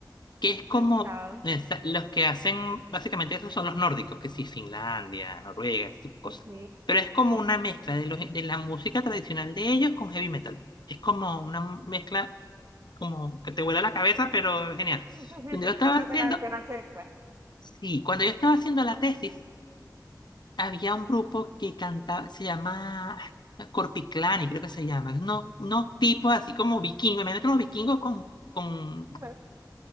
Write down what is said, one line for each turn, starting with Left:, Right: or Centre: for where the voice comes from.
Left: que es como
Right: no he escuchado.
Left: esa- los que hacen, básicamente esos son los nórdicos, que sí, Finlandia, Noruega, ese tipo de
Right: Ok.
Left: cosas. Pero es como una mezcla de, los, de la música tradicional de ellos con heavy metal. Es como una mezcla como que te vuela la cabeza, pero genial.
Right: <laughs>
Left: Cuando yo estaba
Right: Pero
Left: haciendo,
Right: te la, te la acepta. <laughs>
Left: sí, cuando yo estaba haciendo la tesis, había un grupo que cantaba, se llama Corpiclani, creo que se llama. No, unos tipos así como vikingos, imagínate unos vikingos con, con
Right: Bueno,